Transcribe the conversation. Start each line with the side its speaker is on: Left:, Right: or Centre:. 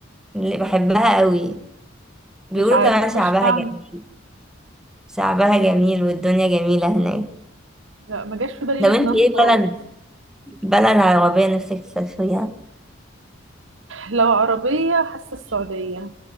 Centre: اللي بحبها قوي بيقولوا
Right: مش عارفة
Centre: كمان
Right: مش
Centre: شعبها
Right: معنى
Centre: جميل شعبها جميل والدنيا جميلة هناك
Right: لا ما جاش في بالي
Centre: طب انت
Right: لبنان
Centre: ايه
Right: خالص
Centre: بلد بلد عربية نفسك تسافريها
Right: لو عربية حاسة السعودية